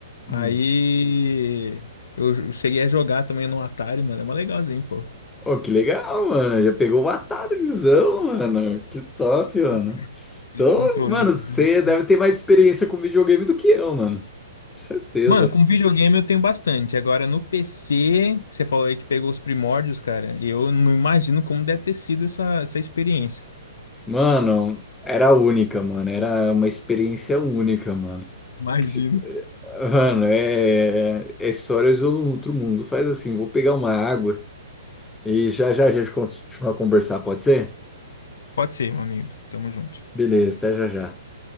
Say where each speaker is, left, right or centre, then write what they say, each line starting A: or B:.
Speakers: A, on the left; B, in the centre.
A: Aí
B: Hum.
A: eu cheguei a jogar também no Atari, mano. É mais legalzinho, pô.
B: Oh, que legal, mano. Já pegou o visão, mano. Que top, mano.
A: Opa, aquele
B: Então,
A: Controlinho.
B: mano, você
A: assim.
B: deve ter mais experiência com videogame do que eu, mano. Certeza.
A: Mano, com videogame eu tenho bastante. Agora no PC, você falou aí que pegou os primórdios, cara. e Eu não imagino como deve ter sido essa, essa experiência.
B: Mano, era única, mano. Era uma experiência única, mano.
A: Imagino.
B: Tipo, Mano, é, é histórias do outro mundo. Faz assim, vou pegar uma água e já já a gente continua a conversar, pode ser?
A: Pode ser, meu amigo. Tamo junto.
B: Beleza, até já já.